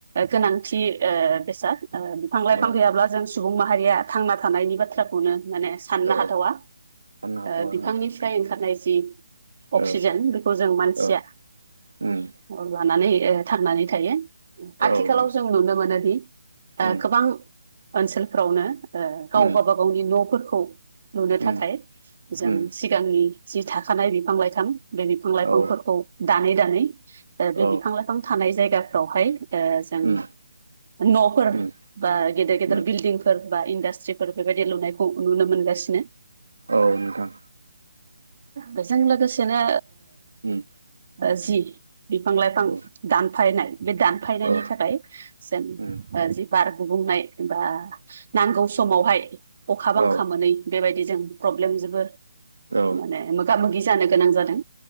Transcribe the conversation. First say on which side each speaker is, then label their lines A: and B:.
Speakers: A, on the right (about 50°); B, on the right (about 75°).
A: गोनां थि ओ बेसाद ओ बिफां लाइफां
B: औ
A: गैयाब्ला जों सुबुं माहारिया थांना थानायनि बाथ्राखौनो माने साननो
B: औ
A: हाथावा
B: साननो हाथ'वा
A: ओ बिफांनिफ्राय
B: आङो नोंथां
A: ओंखारनाय जि अक्सिजेन
B: औ
A: बेखौ जों मानसिआ
B: औ उम
A: <unintelligible> ओ थांनानै थायो आथिखालाव
B: औ नोंथां
A: जों नुनो मोनोदि
B: उम
A: गोबां ओनसोलफ्रावनो ओ गाव
B: उम
A: गावबा गावनि न'फोरखौ लुनो थाखाय
B: उम
A: जों
B: उम
A: सिगांनि जि थाखानाय बिफां लाइफां बे बिफां लाइफांफोरखौ
B: औ
A: दानै दानै ओ
B: औ
A: बे बिफां लाइफां थानाय जायगाफ्रावहाय ओ जों
B: उम
A: न'फोर
B: उम
A: बा गेदेर-गेदेर
B: उम
A: बिल्डिंफोर बा इण्डास्ट्रिफोर बेबादि लुनायखौ नुनो मोनगासिनो
B: औ नोंथां
A: बेजों लोगोसेनो
B: उम
A: ओ जि बिफां लाइफां
B: औ
A: दानफायनाय बे दानफायनायनि
B: औ
A: थाखाय जों
B: उम
A: ओ जि बार गुबुंनाय बा नांगौ समावहाय अखा बांखा
B: औ
A: मोनै बेबाय दि जों प्र'ब्लेम जोबो
B: औ
A: माने मोगा मोगि जानो गोनां जादों